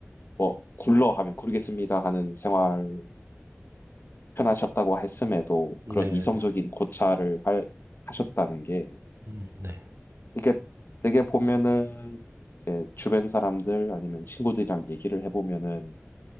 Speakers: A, on the left; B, on the right.
A: 뭐 굴러 하면 구르겠습니다 하는 생활이 편하셨다고 했음에도
B: 네,
A: 그런 이성적인 고찰을 할, 하셨다는 게
B: 음, 네.
A: 이게 되게 보면은 이제 주변 사람들 아니면 친구들이랑 얘기를 해보면은